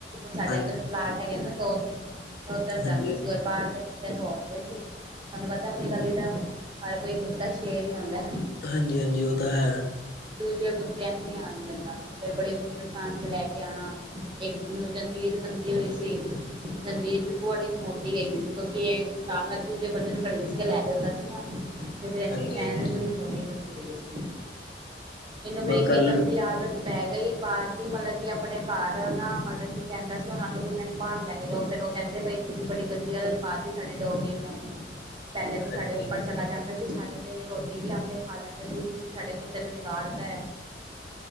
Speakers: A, on the right; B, on the left.
A: ਸਾਡੇ
B: ਹਾਂਜੀ
A: ਇੱਧਰ ਪਲਾਟ ਹੈਗੇ ਨੇ ਨਾ ਦੋ-ਤਿੰਨ ਤਾਂ ਓੱਦਰ
B: ਹਾਂਜੀ,
A: ਜਾਂਦਾ ਸੀ ਬਾਹਰ ਕੁੱਤੇ ਪੋਕਦੇ ਸੀ, ਤੁਆਨੂੰ ਪਤਾ ਐ ਅਪਣੀ ਗਲੀ ਦਾ, ਹਰ ਕੋਈ ਕੁੱਤਾ ਸ਼ੇਰ ਈ ਹੁੰਦੈ।
B: ਹਾਂਜੀ-ਹਾਂਜੀ ਓ ਤਾਂ ਹੈ।
A: ਦੂਜਿਆਂ ਕੁੱਤਿਆਂ ਨੂੰ ਨੀ ਆਨ ਦਿੰਦਾ। ਫੇਰ ਬੜੀ ਮੁਸ਼ਕਲ ਸਾਨ ਕੇ ਲੈ ਕੇ ਆਣਾ, ਇੱਕ ਨੂੰ ਜੰਜੀਰ ਬੰਦੀ ਹੋਈ ਸੀ। ਜੰਜੀਰ‌‌ ਵੀ ਬੜੀ ਮੋਟੀ ਹੈਗੀ ਸੀ ਕਿਉਂਕਿ ਐ ਉਸ ਸਾਬ ਨਾਲ ਦੂਜੇ ਬੰਦੇ ਨੁੰ ਘੜੀਸ ਕੇ ਲੈ ਜਾਂਦਾ ਸੀਗਾ। ਤੇ ਫਿਰ ਐਨੂੰ
B: ਹਾਂਜੀ-ਹਾਂਜੀ।
A: ਚੈਨ ਵੀ ਬੜੀ ਮੋਟੀ ਬੰਦੀ ਹੋਈ ਸੀ। ਏਨੂੰ ਫੇਰ
B: ਬ
A: ਏਨੀ
B: ਕੱਲ
A: ਗੰਦੀ ਆਦਤ ਪੈ ਗਈ ਬਾਹਰ ਦੀ ਮਤਲਬ ਕਿ ਅਪਣੇ ਘਰ ਨਾ ਮਤਲਬ ਕਿ ਕੈਂਦਾ ਸੀ ਉਨਾਂ ਨੂੰ ਵੀ ਮੈਨੂੰ ਬਾਰ ਲੈ ਕੇ ਜਾਓ ਫੇਰ ਓ ਕੈਂਦੇ ਬਈ ਤੁਸੀਂ ਬੜੀ ਗੰਦੀ ਆਦਤ ਪਾਤੀ ਸਾਡੇ ਡੋਗੀ ਨੂੰ। ਪੈਲੇ ਤੋਂ
B: ਹਾਂਜੀ,
A: ਸਾਡੇ ਉੱਪਰ ਚਲਾ ਜਾਂਦਾ ਸੀ ਛੱਤ ਤੇ ਰੋਟੀ ਵੀ ਆਪੇ ਖਾ ਲੈਂਦੇ ਸੀ ਤੁਸੀਂ ਸਾਡੇ ਕੁ ਤੇ ਨੂੰ ਵਿਗਾੜ ਤੈ,